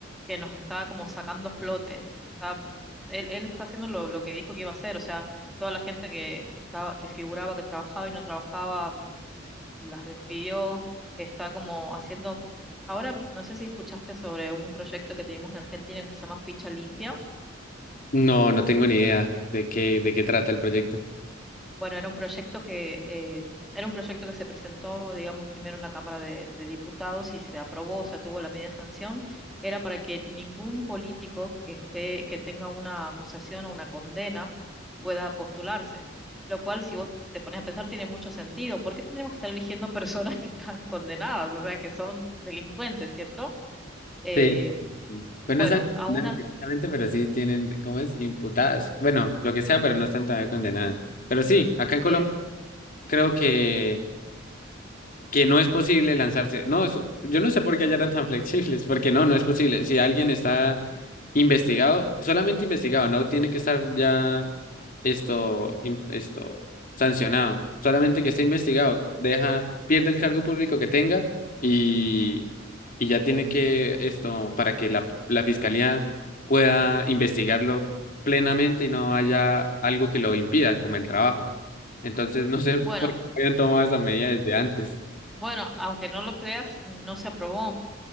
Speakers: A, in the centre; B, on the left (about 45°).
A: que nos está como sacando a flote. Está, él, él está haciendo lo, lo que dijo que iba a hacer, o sea, toda la gente que, que estaba, que figuraba que trabajaba y no trabajaba las despidió, está como haciendo, ahora no sé si escuchaste sobre un proyecto que teníamos en Argentina que se llama Ficha Limpia.
B: No, no tengo ni idea de qué, de qué trata el proyecto.
A: Bueno, era un proyecto que eh, era un proyecto que se presentó, digamos, primero en la Cámara de, de Diputados y se aprobó, se tuvo la media sanción. Era para que ningún político que esté, que tenga una acusación o una condena pueda postularse. Lo cual, si vos te pones a pensar, tiene mucho sentido. ¿Por qué tendríamos que estar eligiendo <laughs> personas que están condenadas, o sea, que son delincuentes, ¿cierto? Eh,
B: Sí, pues
A: bueno,
B: no están
A: a
B: condenadas
A: as-
B: directamente, pero sí tienen, ¿cómo es? Imputadas. Bueno, lo que sea, pero no están todavía condenadas. Pero sí, acá
A: bien.
B: en Colombia creo que que no es posible lanzarse. No, eso, yo no sé por qué allá eran tan <laughs> flexibles, porque no, no es posible. Si alguien está investigado, solamente investigado, no tiene que estar ya esto, in- esto, sancionado. Solamente que esté investigado, deja, pierde el cargo público que tenga y, y ya tiene que esto, para que la, la fiscalía pueda investigarlo plenamente y no haya algo que lo impida, como el trabajo. Entonces, no sé por
A: Bueno,
B: qué habían tomado esa medida desde antes.
A: bueno, aunque no lo creas, no se aprobó.